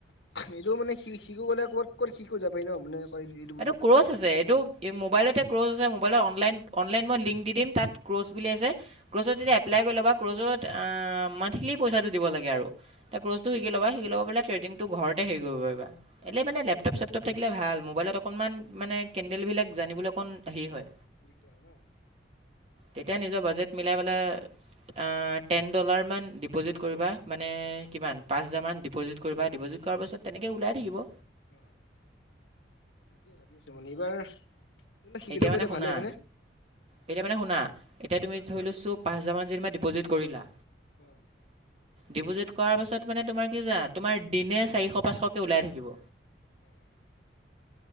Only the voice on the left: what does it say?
এইটোও মানে <unintelligible> মানে কবাত কবাত শিশু যাব পাৰি ন মানে এইটো বস্তুটো
দিগদাৰ ন।
অ', তাকে ভাবি আছো মানে এবাৰ <unintelligible> শিকিলব
পাৰিলে
ভালেই হয়নে।
কোৱা
কোৱা।
অ।
অ'।